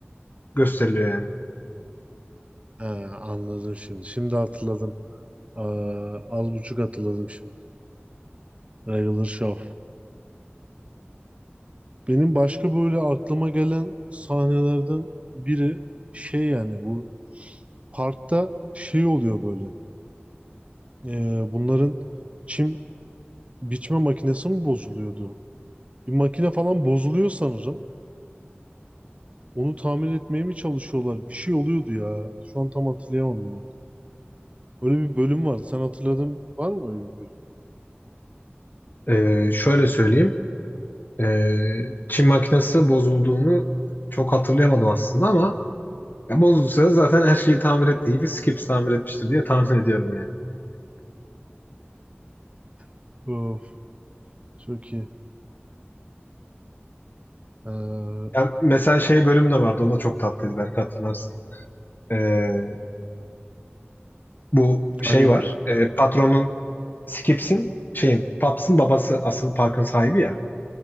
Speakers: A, on the left; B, on the right.
A: gösteriliyor yani.
B: He, anladım şimdi. Şimdi hatırladım. Ee, az buçuk hatırladım şimdi. Regular Show. Benim başka böyle aklıma gelen sahnelerden biri şey yani bu parkta şey oluyor böyle. Ee, bunların çim biçme makinesi mi bozuluyordu? Bir makine falan bozuluyor sanırım. Onu tamir etmeye mi çalışıyorlar? Bir şey oluyordu ya. Şu an tam hatırlayamadım bak. Öyle bir bölüm vardı. Sen hatırladın var mı öyle bir bölüm?
A: Ee, şöyle söyleyeyim. Ee, Çin makinesi bozulduğunu çok hatırlayamadım aslında ama ya bozulduysa da zaten her şeyi tamir ettiği İyi bir Skips tamir etmiştir diye tahmin ediyorum yani.
B: <laughs> Of, çok iyi. Ee,
A: Ya mesela şey bölüm de vardı. O da çok tatlıydı belki hatırlarsın. Ee, bu şey
B: hangi
A: var.
B: bölüm?
A: Ee, patronun Skips'in şeyin Paps'ın babası asıl parkın sahibi ya.